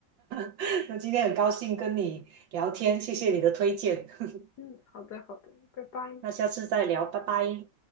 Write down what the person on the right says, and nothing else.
<laughs> 那今天很高兴跟你聊天，谢谢你的推荐。<laughs>
那下次再聊，拜拜。